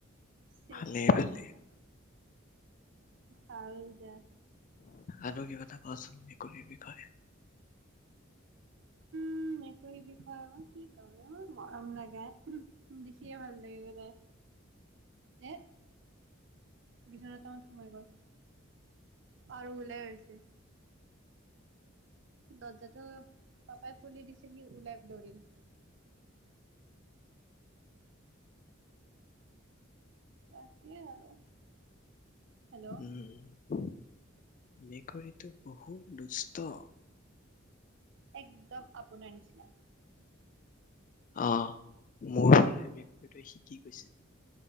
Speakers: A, on the right (about 60°); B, on the left (about 40°).
A: শেষ
B: ভালেই
A: কৰি
B: ভালেই
A: আছো? ভাল যা।
B: আৰু কিবা এটা কোৱাচোন মেকুৰীৰ বিষয়ে।
A: উম একো সেই বিষয়ে মই কি কওঁ এই মোৰ মৰম লাগা দেখিয়ে ভাল লাগিব তাই এ। বিছনা তলত সোমাই গ'ল আৰু ওলাই আহছে? দৰ্জাটো পাপাই খুলি দিছিল সি ওলাই ধৰিল। থাকিয়ে আৰু। হেল্ল'
B: উম মেকৰীটো বহু দুস্থ।
A: একদম আপোনাৰ নিচিনা?
B: অঁহ মোৰ পৰাৰ মেকুৰীটোয়ে শিকি গৈছে?